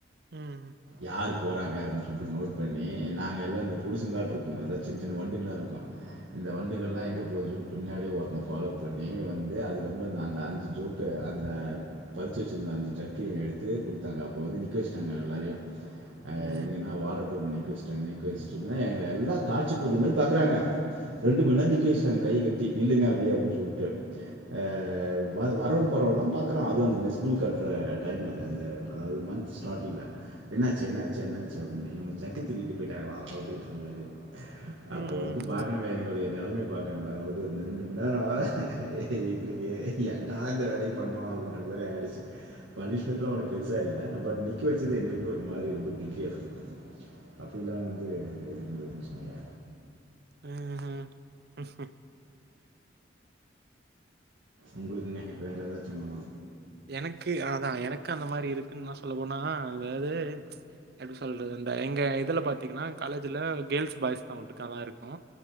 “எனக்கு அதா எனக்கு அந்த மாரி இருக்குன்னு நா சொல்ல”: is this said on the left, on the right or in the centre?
Right